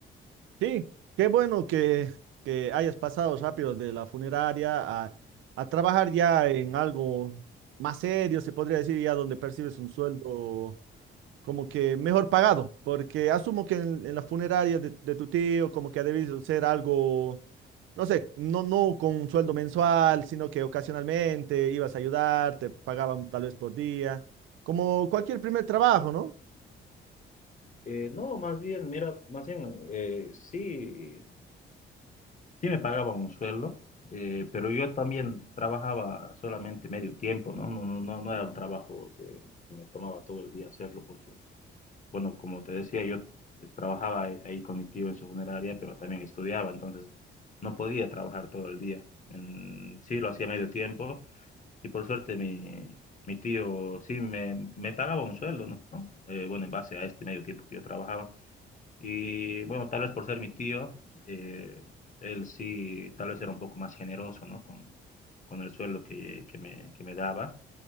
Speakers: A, on the right; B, on the left.
A: Sí, qué bueno que, que hayas pasado rápido de la funeraria a, a trabajar ya en algo más serio, se podría decir, ya donde percibes un sueldo como que mejor pagado, porque asumo que en, en la funeraria de, de tu tío como que ha debido ser algo, no sé, no, no con un sueldo mensual, sino que ocasionalmente ibas a ayudar, te pagaban tal vez por día, como cualquier primer trabajo, ¿no?
B: Eh, no, más bien, mira, más bien, eh, sí, sí me pagaban un sueldo, eh, pero yo también trabajaba solamente medio tiempo, ¿no? No, no, no- no era un trabajo que, que me tomaba todo el día hacerlo, porque, bueno, como te decía, yo trabajaba ahí ahí con mi tío en su funeraria, pero también estudiaba, entonces no podía trabajar todo el día. En- sí, lo hacía medio tiempo, Y por suerte mi, mi tío sí me, me pagaba un sueldo, ¿no? Eh, bueno, en base a este medio tiempo que yo trabajaba. Y bueno, tal vez por ser mi tío, eh, él sí, tal vez era un poco más generoso, ¿no? Con, con el sueldo que, que me, que me daba,